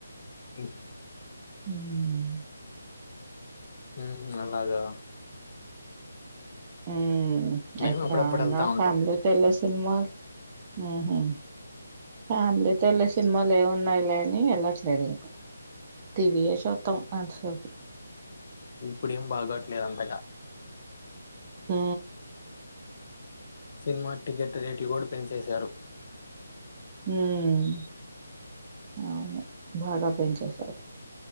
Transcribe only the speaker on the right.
హ్మ్
ఆ
ఎప్పుడు
ఆయన
ఫ్యామిలీ తెల్లి సినిమా ఉహు ఫ్యామిలీతో వెళ్ళే సినిమాలు ఏమి ఉన్నాయిలే అని వెళ్ళట్లేదు. ఇంకా టీవీయే చూత్తం అంతసేపు.
ఊ
హ్మ్ అవును బాగా పెంచేసారు.